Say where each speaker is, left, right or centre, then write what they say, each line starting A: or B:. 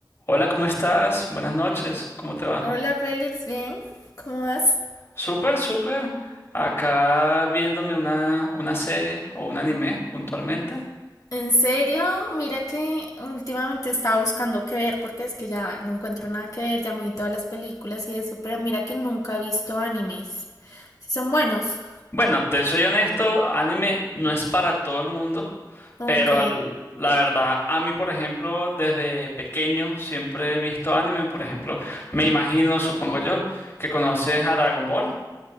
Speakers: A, on the left; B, on the left.
A: Hola, ¿cómo estás? Buenas noches, ¿cómo te va?
B: Hola Félix, ¿bien? ¿Cómo vas?
A: Súper, súper. Acá viéndome una, una serie o un anime puntualmente.
B: En serio, mira que últimamente estaba buscando qué ver porque es que ya no encuentro nada que ver, ya me vi todas las películas y eso, pero mira que nunca he visto animes. Si son buenos.
A: Bueno, te soy honesto, anime no es para todo el mundo,
B: Ok.
A: pero el- la verdad, a mí, por ejemplo, desde pequeño siempre he visto anime, por ejemplo, me imagino, supongo yo, que conoces a Dragon Ball.